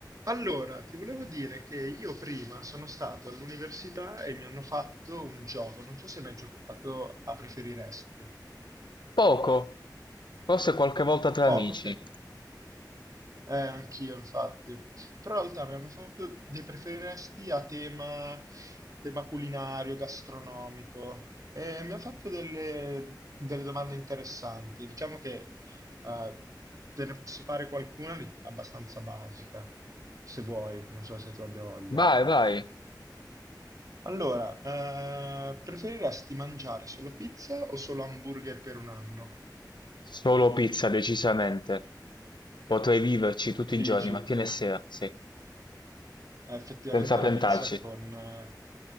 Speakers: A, on the right; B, on the left.
A: Allora, ti volevo dire che io prima sono stato all'università e mi hanno fatto un gioco. Non so se hai mai giocato a preferiresti. No,
B: Poco, forse qualche volta tra
A: Poco,
B: amici.
A: ok. Eh, anch'io, infatti. Però in realtà mi hanno fatto dei preferiresti a tema, tema culinario, gastronomico. E mi ha fatto delle, delle domande interessanti. Diciamo che eh, te ne posso fare qualcuna di- abbastanza basica, se vuoi. Non so se tu abbia voglia.
B: Vai, vai.
A: Allora, eh, preferiresti mangiare solo pizza o solo hamburger per un anno?
B: Solo pizza, decisamente. Potrei viverci tutti
A: Dici,
B: i giorni, mattina
A: eh,
B: e sera, sì,
A: effettivamente
B: senza pentarci.
A: la pizza con, eh,